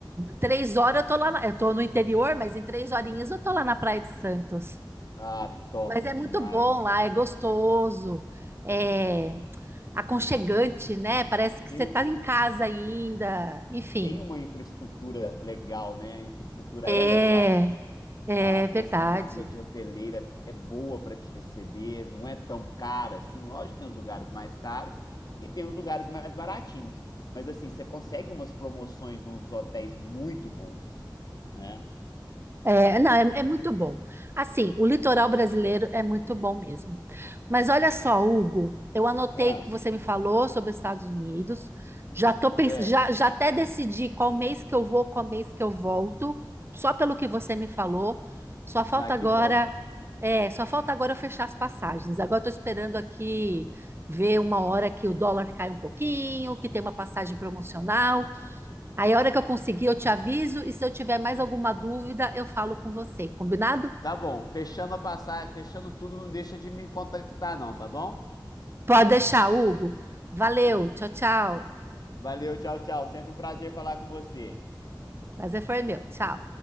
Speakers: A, on the right; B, on the left.
A: três horas eu tô lá, na- eu tô no interior, mas em três horinhas eu tô lá na Praia de Santos.
B: Ah, top
A: Mas é
B: demais.
A: muito bom lá, é gostoso, é aconchegante, né? Parece que
B: Tem,
A: você
B: um,
A: está em casa ainda. Enfim,
B: tem uma infraestrutura legal, né? A infraestrutura
A: é,
B: é legal.
A: é
B: A questão
A: verdade.
B: da rede hoteleira é boa para te receber, não é tão cara assim. Lógico que tem os lugares mais caros e tem os lugares mais baratinhos. Mas assim, você consegue umas promoções nos hotéis muito bons, né?
A: É, não, é, é muito bom. Assim, o litoral brasileiro é muito bom mesmo. Mas olha só, Hugo, eu anotei
B: Ah,
A: o que você me falou sobre os Estados Unidos. Já tô pens...
B: certo.
A: já, já até decidi qual mês que eu vou, qual mês que eu volto, só pelo que você me falou. Só falta
B: Ah, que
A: agora,
B: bom.
A: é, só falta agora eu fechar as passagens. Agora estou esperando aqui ver uma hora que o dólar cai um pouquinho, que tem uma passagem promocional. Aí, a hora que eu conseguir, eu te aviso. E se eu tiver mais alguma dúvida, eu falo com você. Combinado?
B: Tá bom. Fechando a passagem, fechando tudo, não deixa de me contactar, não, tá bom?
A: Pode deixar, Hugo. Valeu. Tchau, tchau.
B: Valeu, tchau, tchau. Sempre um prazer falar com você.
A: Prazer foi meu. Tchau.